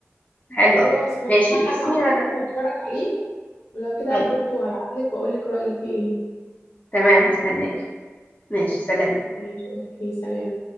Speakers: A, on the left (about 30°); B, on the left (about 70°).
A: حلو
B: خلاص
A: قوي
B: انا
A: ماشي
B: هبحث
A: بصي
B: عنه
A: انا
B: واتفرج عليه ولو كده
A: طيب
B: برضو هبعتلك واقولك رأيي فيه ايه
A: تمام هستناكي ماشي سلام
B: ماشي اوكي سلام